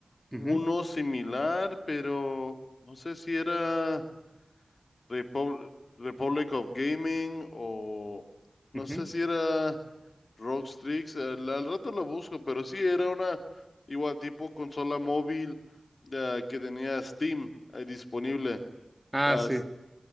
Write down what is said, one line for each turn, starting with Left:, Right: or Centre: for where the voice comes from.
Centre: Ujú,
Left: uno similar, pero no sé si era Repub- Republic of Gaming o no
Centre: ujú.
Left: sé si era Rockstrix. Al, al rato lo busco, pero sí era una igual tipo consola móvil eh, que tenía Steam ahí disponible.
Centre: Ah,
Left: Las-
Centre: sí.